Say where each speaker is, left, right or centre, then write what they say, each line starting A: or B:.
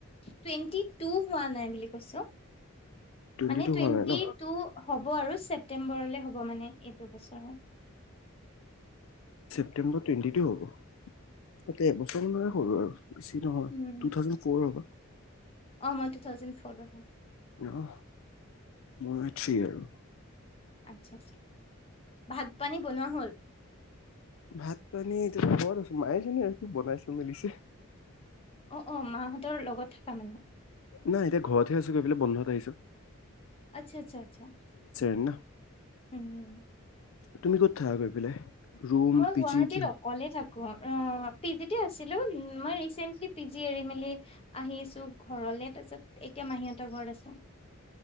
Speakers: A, on the left; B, on the left.
A: টুৱেণ্টি টু হোৱা নাই বুলি কৈছ
B: টুৱেণ্টি
A: মানে
B: টু
A: টুৱেন্টি
B: হোৱা নাই ন?
A: টু হ'ব আৰু সাত ছেপ্টেম্বৰলে হ'ব মানে এইটো বছৰ
B: পে্বৰ ুৱেটি ু হব ততে বচন্ সৰু আৰু বেছি নহয়
A: উম।
B: তুথাউজেণ্ড ফ'ৰ হ'ব।
A: অ মই টু থাউজেণ্ড ফৌৰ হয়।
B: অ মই থ্ৰী আৰু
A: আচ্ছা আছা। ভাত পানী বনোৱা হল?
B: ভাত পানী ত ঘৰত মাই জনে আৰু বনাইছ মেলিছে।
A: অ অ মাহঁতৰ লগত থকা মানে।
B: নাই এতিয়া ঘৰতহে আছো গৈ পেলাই বন্ধত আহিছো।
A: আচ্ছা আচ্ছা আচ্ছা
B: এণ্ড না।
A: হম।
B: তুমি ক'ত থাকা গৈ পেলাই ৰুম,
A: মই
B: পি
A: গুৱাহাটীত
B: জি কি
A: অকলে থাকো অ পিজি তে আছিলো মই ৰিচেন্টলি পি জি এৰি মেলি আহিছো ঘৰলে তাৰ পিছত এতিয়া মাহীতৰ ঘৰত আছো।